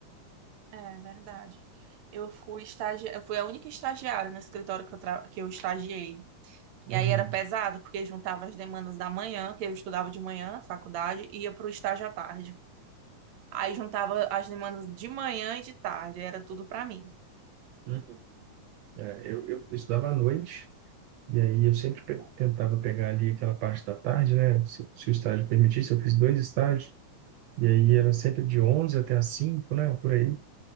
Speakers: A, on the right (about 70°); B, on the right (about 85°).
A: É verdade. Eu fui estagi... eu fui a única estagiária no escritório que eu, tra... que eu estagiei.
B: Uhum.
A: E aí era pesado, porque juntava as demandas da manhã, que eu estudava de manhã na faculdade, e ia para o estágio à tarde. Aí juntava as demandas de manhã e de tarde, era tudo pra mim.
B: Uhum. É, eu, eu estudava à noite, e aí eu sempre pe- tentava pegar ali aquela parte da tarde, né? Se, se o estágio permitisse, eu fiz dois estágios, e aí era sempre de 11 até as 5, né? Por aí.